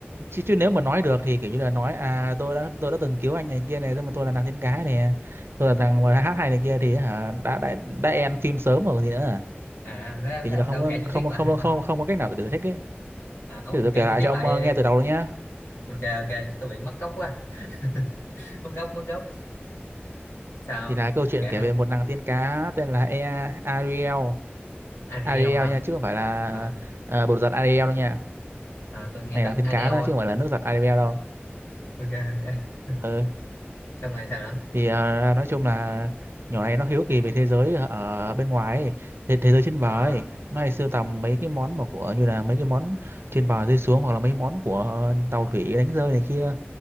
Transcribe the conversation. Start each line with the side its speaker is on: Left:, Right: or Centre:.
Right: chứ chứ nếu mà nói được thì kiểu như là nói à tôi đã tôi đã từng cứu anh này kia này nhưng mà tôi là nàng tiên cá nè tôi là nàng mà hát hay này kia thì hả đã đã đã end phim sớm rồi còn gì nữa à?"
Left: à thế ông,
Right: kiểu
Left: thế
Right: như
Left: ông
Right: là không
Left: đâu
Right: có
Left: kể chi
Right: không
Left: tiết lại
Right: không không
Left: ha?
Right: không có cách nào để giải thích ấy
Left: à, ông
Right: thì
Left: ông
Right: tôi
Left: kể
Right: kể
Left: chi
Right: lại
Left: tiết
Right: cho
Left: lại
Right: ông ờ, nghe từ đầu luôn nhá
Left: ok ok tôi bị mất gốc quá <laughs> mất gốc mất gốc sao
Right: thì là câu
Left: ông
Right: chuyện
Left: kể
Right: kể
Left: ha
Right: về một nàng tiên cá tên là e Ariel
Left: Ariel
Right: Ariel
Left: hả
Right: nha chứ không phải là
Left: à,
Right: ờ, bột giặt Ariel đâu nha
Left: à, tôi nghe
Right: này
Left: tưởng
Right: nàng tiên
Left: Adele
Right: cá đó
Left: á
Right: chứ không phải là nước giặt Ariel đâu
Left: ok ok
Right: Ừ,
Left: xong rồi sao nữa
Right: thì ờ, nói chung là nhỏ này nó hiếu kỳ về thế giới ở ở bên ngoài ấy, thế, thế giới trên
Left: à,
Right: bờ ấy nó hay sưu tầm mấy cái món mà của như là mấy cái món trên bờ rơi xuống hoặc là mấy món của tàu thủy đánh rơi này kia